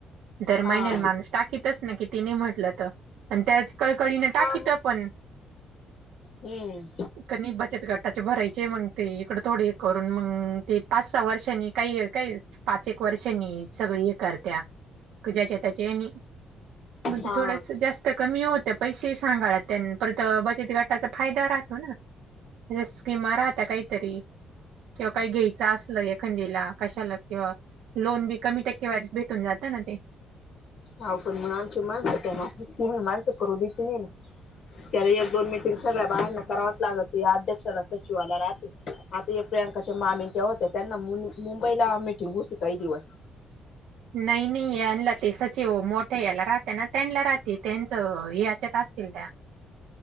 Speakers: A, on the right; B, on the left.
A: दर महिन्याला
B: हा.
A: माणूस टाकीतच नाही किती मी म्हटलं तर, पण त्याच कळकळीन टाकीत
B: हा मग
A: पण.
B: हम्म.
A: कधी बचत गटाचे भरायचे मंग ते इकड थोडे करून मंग ते पाच सहा वर्षांनी काही काही पाच एक वर्षांनी सगळे हे करत्या क ज्याच्या त्याच्या यांनी मंग ते
B: हा
A: थोडस जास्त कमी होत्या पैशे सांगाळ त्यांन परत बचती गट त्याचा फायदा राहतो ना जसं स्किमा राहत काहीतरी किंवा काही घ्यायचं असल एखंदिला कशाला किंवा लोनबी कमी टक्केवारीत भेटून जात ना ते.
B: हा ओ पण म आमची माणसं त्या मापाची नाही, माणसं करून देत नाही. त्यान एक दोन मीटिंग सगळ्या बायांना करावच लागती. अध्यक्षाला, सचिवाला राहती. आता या प्रियांकाच्या मामी त्या होत्या त्यांना मुंब मुंबईला मिटिंग होती काही दिवस.
A: नायी नायी यांला ते सचिव मोठे याला राहते ना, त्यांला राहती त्यांच अ याच्यात असतील त्या